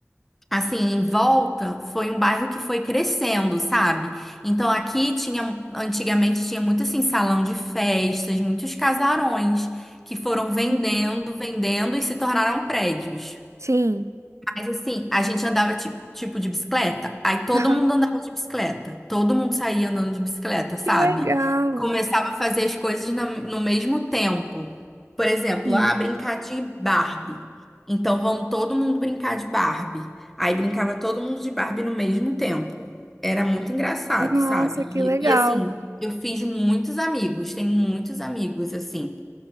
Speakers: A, in the centre; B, on the right.
A: assim, em volta foi um bairro que foi crescendo, sabe? Então aqui tinha, antigamente tinha muito, assim, salão de festas, muitos casarões que foram vendendo,
B: Uhum.
A: vendendo e se tornaram prédios.
B: Sim.
A: Mas assim, a gente andava ti- tipo de bicicleta, aí todo
B: Aham.
A: mundo andava de bicicleta, todo mundo saía andando de bicicleta, sabe?
B: Que legal.
A: Começava a fazer as coisas na- no mesmo tempo. Por exemplo,
B: Sim.
A: ah, brincar de Barbie. Então vamos todo mundo brincar de Barbie. Aí brincava todo mundo de Barbie no mesmo tempo. Era muito engraçado,
B: Nossa,
A: sabe? E,
B: que legal.
A: e assim, eu fiz muitos amigos, tenho muitos amigos assim